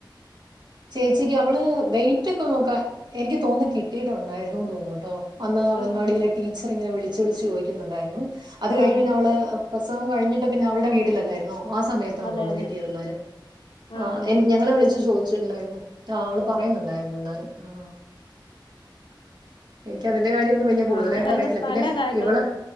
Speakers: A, on the right (about 60°); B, on the left (about 80°).
A: ചേച്ചിക്ക് അവള് വെയിറ്റ് ഒക്കെ നോക്കാ എനിക്ക് തോന്നുന്നു കിട്ടിയിട്ടുണ്ടായിരുന്നുന്ന് തോന്നൂട്ടോ അന്ന് അംഗൻവാടിയിലെ
B: ആഹ്
A: ടീച്ചർ ഇങ്ങനെ വിളിച്ച വിളിച്ച് വിളിച്ച് ചോദിക്കുന്നുണ്ടായിരുന്നു അത്
B: ആഹ്
A: കഴിഞ്ഞ് പിന്നെ അവള് പ്രസവം കഴിഞ്ഞിട്ട് പിന്നെ അവടെ വീട്ടിലല്ലായിരുന്നോ ആ സമയത്താ
B: അതെ
A: തോന്നുന്നു
B: അതെ
A: കിട്ടിയിരുന്നാല്
B: ആഹ്
A: ആ
B: അതെ
A: ഞങ്ങളെ വിളിച്ചു ചോദിച്ചി ആ അവള് പറയുന്നുണ്ടായിരുന്നു എന്നാന് ആഹ എനിക്കതിന് ല്ല്യ കാര്യമൊന്നും വല്യ കൂടുതലായിട്ട്
B: ആഹ് കാര്യങ്ങള്
A: അറിയത്തില്ല
B: പല
A: പിന്നെ
B: കാര്യങ്ങളും
A: ഇവള്